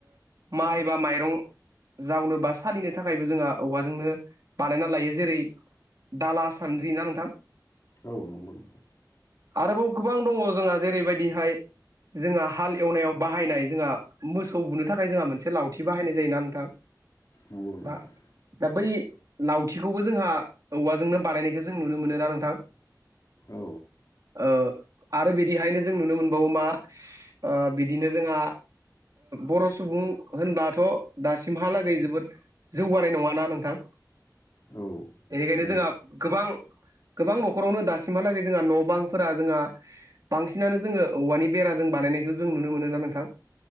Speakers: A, on the right; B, on the left.
A: माइ बा माइरं जावनो बा सालिनो थाखायबो जोंहा औवाजोंनो बानायना लायो जेरै दाला सानद्रि ना नोंथां।
B: औ नंगौ नोंथां।
A: आरोबाव गोबां दङ जोंहा जेरैबायदिहाय जोंहा हाल एवनायाव। बाहायनाय जोंहा मोसौ बुनो थाखाय जोंहा मोनसे लावथि बाहायनाय जायोना नोंथां।
B: नंगौ
A: बा
B: नोंथां
A: दा बै लावथिखौबो जोंहा औवाजोंनो बानायनायखौ जों नुनो मोनोना नोंथां। <unintelligible>
B: औ
A: ओ आरो बिदिहायनो जों नुनो मोनबावो मा बि बिदिनो जोंहा बर' सुबुं होनबाथ' दासिमहालागै जोबोद। जौगानाय नङाना नोंथां।
B: औ
A: बेनिखायनो
B: जोंनाथ'
A: जोंहा गोबां गोबां न'खरावनो दासिमहालागै जोंहा न' बांफोरा जोंहा। बांसिनानो जोङो औवानि बेराजों बानायनायखौ जों नुनो मोनो ना नोंथां।